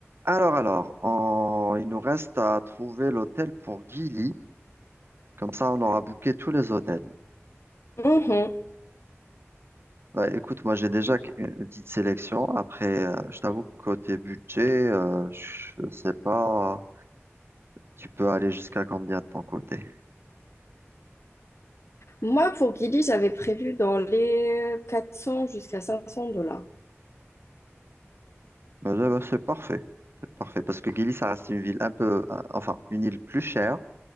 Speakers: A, on the right (about 55°); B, on the left (about 65°).
A: Alors, alors, on- il nous reste à trouver l'hôtel pour Gilly. Comme ça, on aura booké tous les hôtels.
B: Mhm.
A: Bah, écoute, moi, j'ai déjà qu- une une petite sélection. Après, euh, je t'avoue que côté budget, euh, je sais pas, tu peux aller jusqu'à combien de ton côté?
B: Moi, pour Gilly, j'avais prévu dans les 400 jusqu'à 500 dollars.
A: Bah, bah, c'est parfait. C'est parfait. Parce que Gilly, ça reste une ville un peu, euh, enfin, une île plus chère